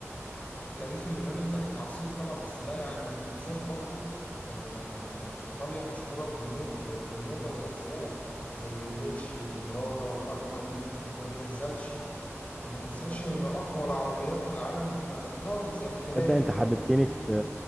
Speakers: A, on the left; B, in the centre.
A: التاريخ اليوناني تاريخ عصير طبعا بس ده يعني ما تنساش برضو ان ما ان ايطاليا مشهورة بالمود بالموضة والازياء زي الجوتشي والبرادا والارماني والفيرزاتشي وما تنساش ان اقوى العربيات في العالم ايطالي زي الفيراري
B: تصدق انت
A: واللامبورجيني
B: حببتني في